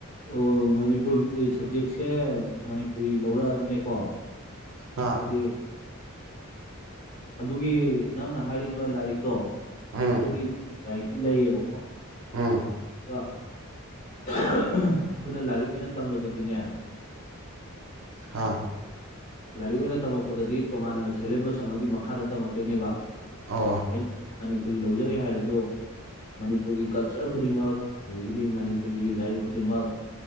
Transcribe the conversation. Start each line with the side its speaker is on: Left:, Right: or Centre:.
Left: ꯑꯣ ꯃꯅꯤꯄꯨꯔꯒꯤ ꯁꯕꯖꯦꯛꯁꯦ ꯃꯅꯤꯄꯨꯔꯤ ꯂꯧꯔꯛꯑꯁꯨꯅꯦꯀꯣ
Right: ꯑꯥ
Left: ꯍꯥꯏꯗꯤ ꯑꯗꯨꯒꯤ ꯅꯪꯅ ꯍꯥꯏꯔꯤꯕ ꯂꯥꯏꯔꯤꯛꯇꯣ
Right: ꯎꯝ
Left: ꯑꯗꯨꯒꯤ ꯂꯥꯏꯔꯤꯛꯇꯤ ꯂꯩꯌꯦꯕꯀꯣ
Right: ꯑꯥ
Left: ꯑꯗꯨꯒ ꯑꯩꯈꯣꯏꯅ ꯂꯥꯏꯔꯤꯛ ꯑꯣꯏꯅ ꯇꯝꯕꯗꯗꯤꯅꯦ
Right: ꯍꯥ
Left: ꯂꯥꯏꯔꯤꯛ ꯑꯣꯏꯅ ꯇꯝꯃꯛꯄꯗꯗꯤ ꯇꯣꯉꯥꯟꯅ ꯁꯦꯂꯦꯕꯁ ꯑꯃꯒꯤ ꯃꯈꯥꯗ ꯇꯝꯃꯛꯇꯣꯏꯅꯦꯕ
Right: ꯑꯣ
Left: ꯑꯩꯅ ꯃꯅꯤꯄꯨꯔꯤ ꯂꯧꯖꯔꯑꯦ ꯍꯥꯏꯔꯁꯨ ꯃꯅꯤꯄꯨꯔꯒꯤ ꯀꯜꯆꯔ ꯈꯨꯗꯤꯡꯃꯛ ꯑꯗꯒꯤꯗꯤ ꯃꯅꯤ ꯄꯨꯔꯤꯒꯤ ꯂꯥꯏꯔꯤꯛ ꯈꯨꯗꯤꯡꯃꯛ